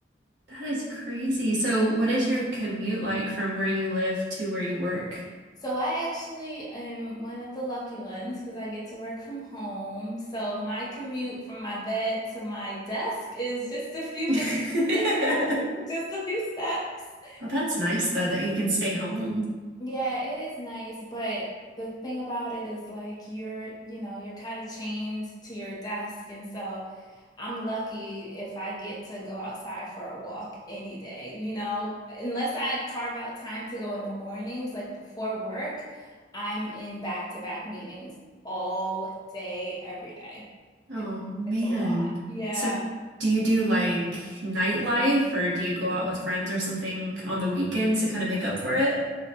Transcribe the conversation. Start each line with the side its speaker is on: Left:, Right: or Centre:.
Right: That is crazy. So, what is your commute like from where you live to where you work?
Left: So I actually am one of the lucky ones because I get to work from home. So my commute from my bed to my desk is just a few
Right: <laughs>
Left: minutes, <laughs> just a few steps.
Right: Well, that's nice though that you can stay home.
Left: Yeah, it is nice, but the thing about it is like you're, you know, you're kind of chained to your desk. And so I'm lucky if I get to go outside for a walk any day, you know, unless I carve out time to go in the mornings, like before work, I'm in back-to-back meetings all day, every day.
Right: Oh
Left: It's
Right: man.
Left: it's a lot. Yeah.
Right: So do you do like nightlife or do you go out with friends or something on the weekends to kind of make up for it?